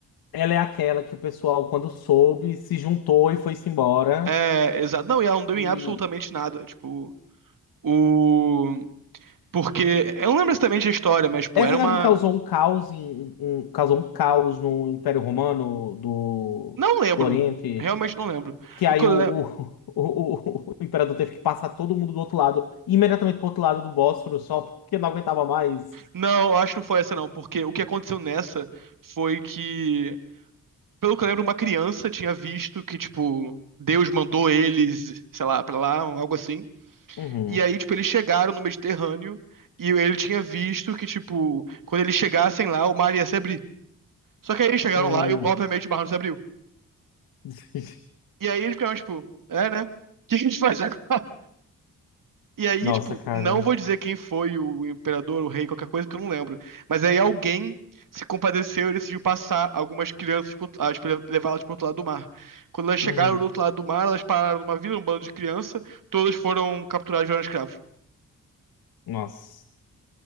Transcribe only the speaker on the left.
Ela é aquela que o pessoal, quando soube, se juntou e foi-se embora.
E
essa
não é a que causou um caos em, um- causou um caos no Império Romano do,
do Oriente.
Que aí
o,
o, <laughs> o, o- o imperador teve que passar todo mundo do outro lado, imediatamente pro outro lado do Bósforo, só porque não aguentava mais.
Uhum.
Hum.
<laughs>
Nossa,
cara.
Uhum.
Nossa,